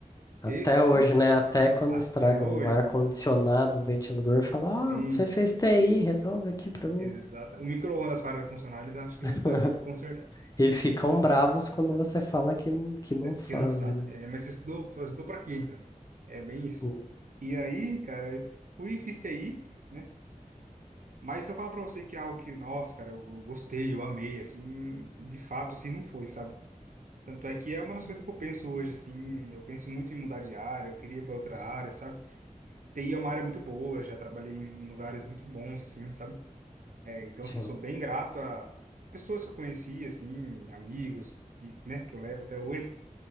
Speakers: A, on the left; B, on the right.
A: Até
B: E aí fui
A: hoje, né? Até quando
B: Até
A: estragam
B: hoje.
A: o ar-condicionado, o ventilador fala:
B: Sim,
A: Ah, você fez TI, resolve aqui pra mim.
B: exato. O micro-ondas para funcionar, eles acham que
A: <laughs>
B: a gente sabe consertar.
A: E ficam bravos quando você fala que, n- que não sabe,
B: Que não sabe.
A: né?
B: É, mas você estudou, estudou para quê, então? É bem isso.
A: Hum,
B: E aí, cara, eu fui e fiz TI, né? Mas se eu falar para você que é algo que, nossa, cara, eu, eu gostei, eu amei, assim, de fato, assim, não foi, sabe? Tanto é que é uma das coisas que eu penso hoje, assim, eu penso muito em mudar de área, eu queria ir para outra área, sabe? TI é uma área muito boa, já trabalhei em lugares muito bons, assim, sabe? É, Então,
A: Sim.
B: assim, eu sou bem grato a pessoas que eu conheci, assim, amigos, que, né, que eu levo até hoje.